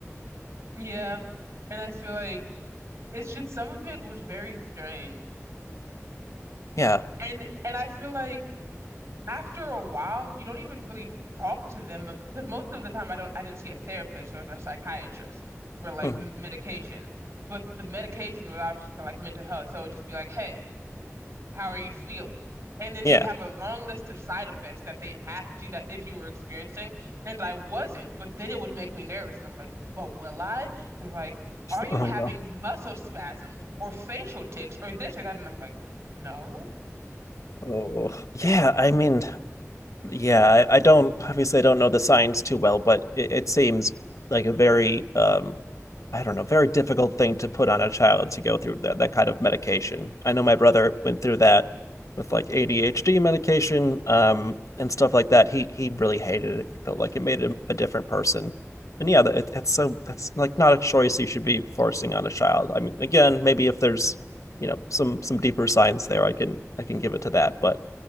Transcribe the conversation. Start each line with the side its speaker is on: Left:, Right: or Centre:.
Right: Yeah. And I feel like it's just some of it was very strange.
Left: Yeah,
Right: And and I feel like after a while you don't even really talk to them because most of the time I don't I didn't see a therapist or a psychiatrist for like
Left: Mhm.
Right: m medication. But the medication was obviously for like mental health. So it would just be like, "Hey, How are you feeling? And then
Left: yeah.
Right: they'd have a long list of side effects that they asked you that if you were experiencing, and I wasn't, but then it would make me nervous. And I'm like, but will I? They're like, are you
Left: Oh
Right: having
Left: no.
Right: muscle spasms or facial tics or this or that? And I'm like, no.
Left: Oh, yeah. I mean, yeah. I, I don't obviously I don't know the science too well, but it, it seems like a very um I don't know, very difficult thing to put on a child to go through that that kind of medication. I know my brother went through that with like ADHD medication um and stuff like that. He he really hated it. He felt like it made him a different person. And yeah, that- it, it's so it's like not a choice you should be forcing on a child. I mean, again, maybe if there's you know some some deeper science there, I can I can give it to that. But